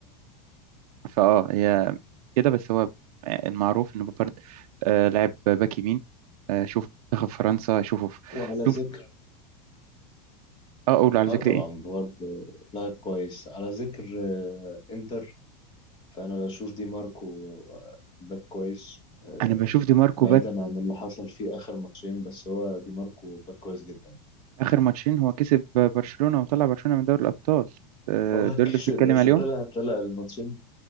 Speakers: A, on the right; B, on the left.
A: فاه هي كده بس هو المعروف ان بوفارد آه لعب باك يمين آه شوف منتخب فرنسا شوفه في-
B: وعلى ذكر
A: شوف اه اقول على
B: آه
A: ذكر
B: طبعا
A: ايه
B: برضه لاعب كويس على ذكر آه، إنتر فأنا بشوف دي ماركو آه، باك كويس آه،
A: انا بشوف دي ماركو
B: بعيدا
A: باك
B: عن اللي حصل فيه آخر ماتشين بس هو دي ماركو باك كويس جدا
A: اخر ماتشين هو كسب برشلونة وطلع برشلونة من دوري الابطال آه
B: <laughs> هو
A: دول
B: كسب
A: اللي بتتكلم
B: بس
A: عليهم
B: طلع طلع الماتشين